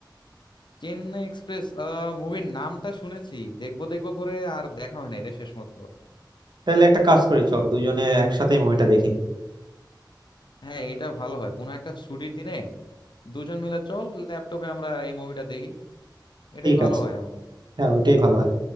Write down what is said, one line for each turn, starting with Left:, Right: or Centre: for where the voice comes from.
Left: চেন্নাই এক্সপ্রেস মুভির নামটা শুনেছি দেখবো দেখবো করে আর দেখা হয় না এটা শেষ মতো
Right: তাহলে একটা কাজ করি চল দুইজনে একসাথে মুভিটা দেখি
Left: হ্যাঁ এটা ভালো হয় কোনো একটা ছুটির দিনে দুজন মিলে চল ল্যাপটপে আমরা এই মুভিটা দেখি এটাই
Right: ঠিক
Left: ভালো
Right: আছে
Left: হয় আমার মতে।
Right: হ্যাঁ ওইটাই ভালো হয়